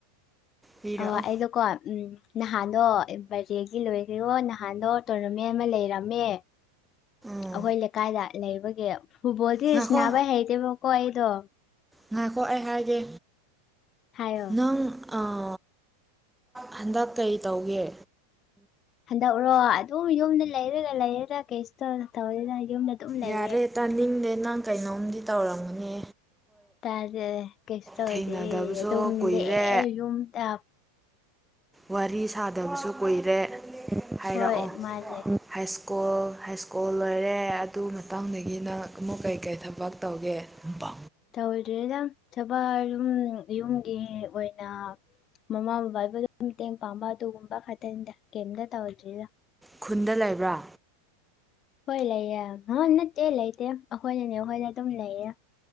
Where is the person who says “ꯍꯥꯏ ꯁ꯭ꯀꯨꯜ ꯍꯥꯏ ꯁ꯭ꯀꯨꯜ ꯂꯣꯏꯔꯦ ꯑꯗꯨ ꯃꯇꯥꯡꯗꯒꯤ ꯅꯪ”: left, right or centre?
Centre